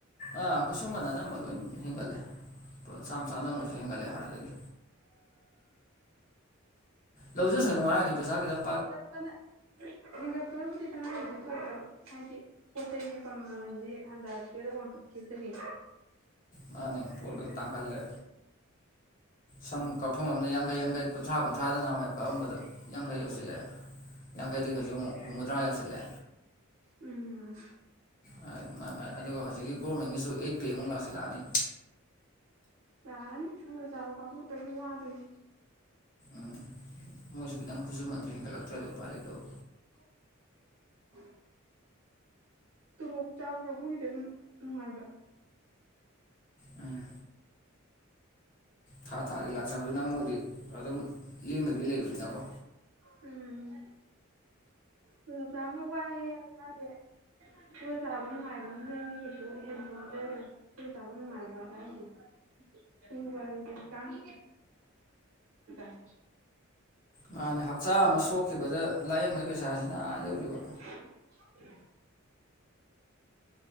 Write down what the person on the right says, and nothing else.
ꯍꯦꯟꯒꯠꯄꯅ ꯍꯦꯟꯒꯠꯄꯅꯕꯨꯗꯤ ꯇꯉꯥꯏꯕꯨꯗꯤ ꯐꯠꯗ꯭ꯔꯕ ꯍꯥꯏꯗꯤ ꯄꯣꯠ ꯆꯩꯒꯤ ꯃꯃꯜꯗꯤ ꯍꯟꯗꯔꯛꯇꯦ ꯋꯥꯡꯈꯠꯈꯤꯕꯗꯒꯤ
ꯎꯝ
ꯂꯥꯛꯑꯅꯤ ꯁꯨꯨꯔ ꯆꯥꯕ ꯀꯥꯡꯕꯨꯇꯪꯅꯦ ꯋꯥꯗꯣꯏꯁꯤ
<unintelligible> ꯇꯣꯂꯣꯞ ꯆꯥꯕ ꯀꯥꯡꯕꯨꯒꯤꯗꯤ ꯑꯗꯨꯝ ꯅꯨꯡꯉꯥꯏꯕ
ꯎꯝ ꯇꯣꯂꯣꯕ ꯆꯥꯕꯅꯥ ꯋꯥꯏꯌꯦ ꯍꯥꯏꯁꯦ ꯁꯨꯔ ꯆꯥꯕ ꯅꯨꯡꯉꯥꯏꯕ ꯑꯝꯅꯗꯤ ꯀꯩꯁꯨ ꯍꯦꯟꯄꯣꯟ <unintelligible> ꯆꯨꯔ ꯆꯥꯕ ꯅꯨꯡꯉꯥꯏꯕ ꯍꯥꯏꯁꯦ ꯁꯨꯕ ꯍꯥꯏꯖꯤꯗꯤ ꯍꯛꯆꯥꯡ <unintelligible>
<unintelligible>